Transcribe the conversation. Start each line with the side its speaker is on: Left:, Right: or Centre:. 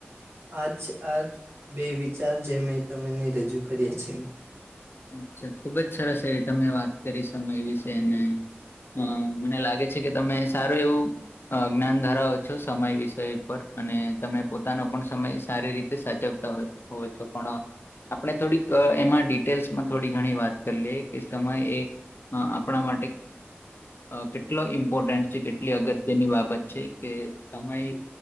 Right: આ છ આ જ બે વિચાર જે મેં તમને રજૂ કર્યા છે, મિત્ર.
Left: અચ્છા, ખુબ જ સરસ એવી તમે વાત કરી સમય વિશે, અને અહ મને લાગે છે, કે તમે સારું એવું અ જ્ઞાન ધરાવો છો સમય વિષય પર અને તમે પોતાનો પણ સમય સારી રીતે સાચવતા હોય. હોય છો પણ આપણે થોડીક અહ એમાં ડીપ ટેલ્સમાં થોડી ઘણી વાત કરી લઈએ કે સમય એ અહ આપણા માટે અહ કેટલો ઇમ્પોર્ટન્ટ છે, કેટલી અગત્યની બાબત છે, કે સમય